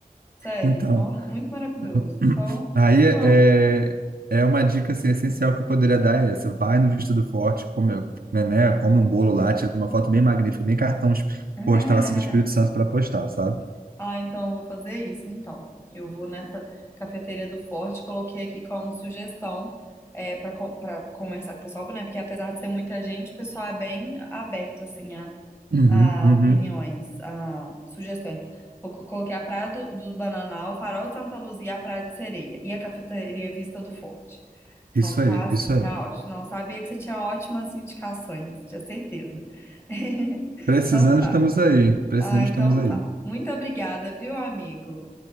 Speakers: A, on the left (about 15°); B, on the right (about 85°).
A: Sério,
B: Então,
A: nossa, muito maravilhoso.
B: <clears throat>
A: Então,
B: aí é,
A: ó.
B: é é uma dica assim, essencial que eu poderia dar é essa, vai no Vista do Forte, come, né, né, come um bolo lá, tira uma foto bem magnífica, bem cartão
A: <laughs>
B: postal assim, do Espírito Santo para postar, sabe?
A: Ah, então eu vou fazer isso, então. Eu vou nessa cafeteria do Forte, coloquei aqui como sugestão é, para para conversar com o pessoal, né? Porque apesar de ser muita gente, o pessoal é bem aberto, assim, a,
B: Uhum,
A: a
B: uhum.
A: opiniões, a sugestões. Vou co- Coloquei a Praia do, do Bananal, o Farol de Santa Luzia, a Praia de Sereia e a cafeteria Vista do Forte. Então
B: Isso aí,
A: tá assim,
B: isso
A: tá
B: aí.
A: ótimo. Não sabia que você tinha ótimas indicações, tinha certeza. <laughs>
B: Precisando,
A: Então tá.
B: estamos aí. Precisamos,
A: Ah, então
B: estamos aí.
A: tá. Muito obrigada, viu, amigo?